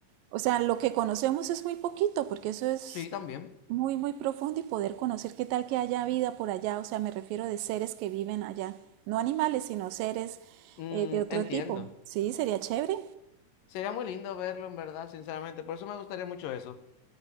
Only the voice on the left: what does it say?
Sí, también.
Mm,
entiendo.
Sería muy lindo verlo, en verdad, sinceramente. Por eso me gustaría mucho eso.